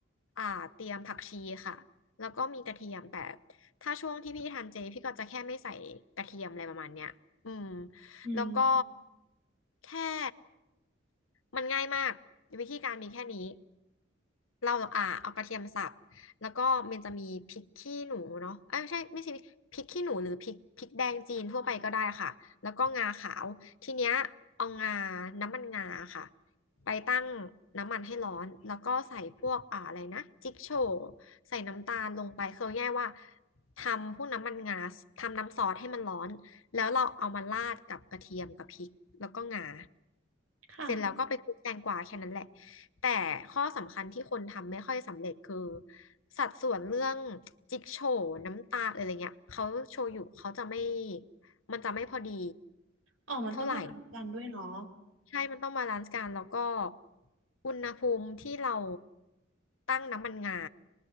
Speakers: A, on the left; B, on the right.
A: อ่าเตรียมผักชีค่ะแล้วก็มีกระเทียมแต่ ถ้าช่วงที่พี่ทานเจพี่ก็จะแค่ไม่ใส่กระเทียมอะไรประมาณเนี้ยอืม
B: อืม
A: แล้วก็แค่มันง่ายมากวิธีการมีแค่นี้เราอ่าเอากระเทียมสับแล้วก็มันจะมีพริกขี้หนูเนาะเอ้ยไม่ใช่ไม่ใช่พริกขี้หนูหรือพริกพริกแดงจีนทั่วไปก็ได้ค่ะแล้วก็งาขาวทีเนี้ยเอางาน้ำมันงาค่ะไปตั้งน้ำมันให้ร้อนแล้วก็ใส่พวกอ่าอะไรนะจิกโชว์ใส่น้ำตาลลงไปคือเอาง่ายๆว่า ทำพวกน้ำมันงาทำน้ำซอสให้มันร้อนแล้วเราเอามาราดกับกระเทียมกับพริกแล้วก็งา
B: ค่ะ
A: เสร็จแล้วก็ไปคลุกแตงกวาแค่นั้นแหละแต่ข้อสำคัญที่คนทำไม่ค่อยสำเร็จคือสัดส่วนเรื่องจิ๊กโฉวน้ำตาลอะไรเงี้ยเขาโชยุเขาจะไม่มันจะไม่พอดี
B: อ๋อมันต้องบาลานซ์กันด้วยเนาะ
A: เท่าไหร่ ใช่มันต้องบาลานซ์กันแล้วก็อุณหภูมิที่เราตั้งน้ำมันงา